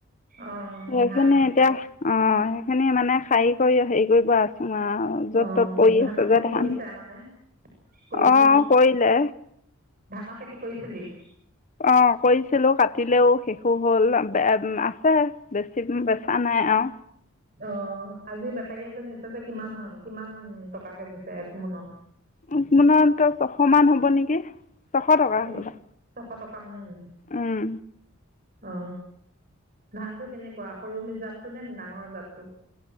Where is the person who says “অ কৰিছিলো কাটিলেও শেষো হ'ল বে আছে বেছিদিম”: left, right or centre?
Left